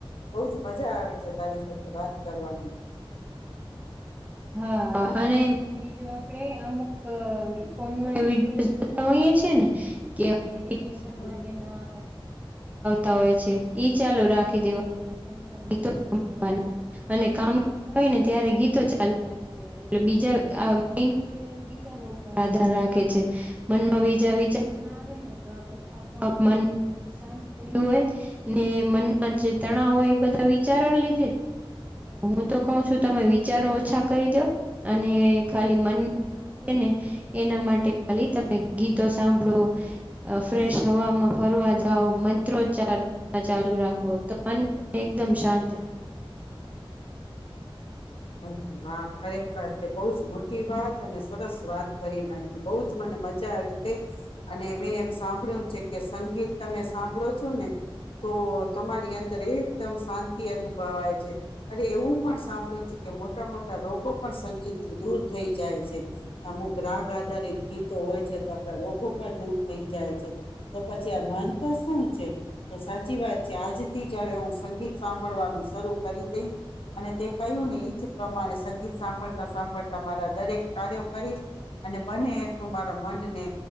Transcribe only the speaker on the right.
હા અને બીજું આપડે અમુક ફોનમાં વિડીયોઝ જોતા હોઈએ છે ને કે <unintelligible>
માટે ના <unintelligible> હોય છે, ઈ ચાલુ રાખી દેવાના, ગમતા ગીતો સાંભળવાના અને કામ કરતા હોય ને ત્યારે ગીતો ચાલુ રાખી દેવાના, એટલે બીજા એ મેન તો એ વિચારો ઉપર આધાર રાખે છે, મનમાં બીજા વિચારો ના આવે ને તો આપઆપ મન શાંત પડ્યું હોય ને મનમાં જે તણાવ હોય એ બધા વિચારો ના લીધેજ છે. હું તો કવ છું તમે વિચાર ઓછા કરીદો અને ખાલી મનને શાંત રે ને એના માટે ખાલી તમે ગીતો સાંભળો, ફ્રેશ હવામાં ફરવા જાવ, મંત્રોચ્ચાર મનમાં ચાલુ રાખો, તો મન છે ને એકદમ શાંત રહે.